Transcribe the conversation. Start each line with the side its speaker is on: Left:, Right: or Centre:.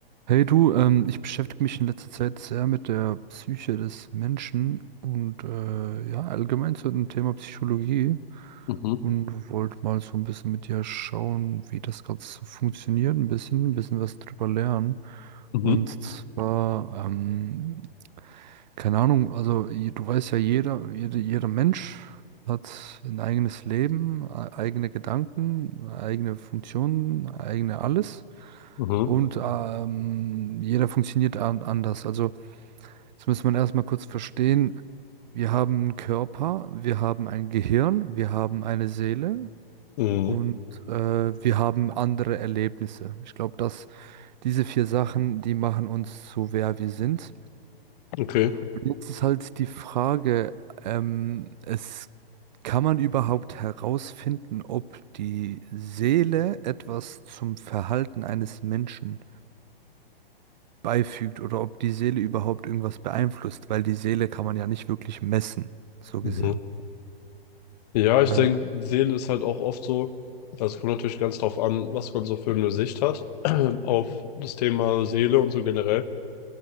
Right: Hey du, ähm, ich beschäftige mich in letzter Zeit sehr mit der Psyche des Menschen und äh, ja, allgemein zu dem Thema Psychologie
Left: Mhm.
Right: und wollte mal so ein bisschen mit dir schauen, wie das gerade so funktioniert, ein bisschen, ein bisschen was drüber lernen.
Left: Mhm.
Right: Und zwar, ähm, keine Ahnung, also je- du weißt ja, jeder, jede, jeder Mensch hat ein eigenes Leben, e- eigene Gedanken, eigene Funktionen, eigene alles.
Left: Mhm.
Right: Und ähm, jeder funktioniert an anders. Also, das muss man erstmal kurz verstehen. Wir haben einen Körper, wir haben ein Gehirn, wir haben eine Seele
Left: Mhm.
Right: und äh, wir haben andere Erlebnisse. Ich glaube, dass diese vier Sachen, die machen uns so, wer wir sind.
Left: Okay.
Right: Und jetzt ist halt die Frage, ähm, es kann man überhaupt herausfinden, ob die Seele etwas zum Verhalten eines Menschen beifügt oder ob die Seele überhaupt irgendwas beeinflusst, weil die Seele kann man ja nicht wirklich messen, so
Left: Mhm.
Right: gesehen.
Left: Ja, ich
Right: Äh,
Left: denke, die Seele ist halt auch oft so, also es kommt natürlich ganz drauf an, was man so für eine Sicht hat <clears throat> auf das Thema Seele und so generell.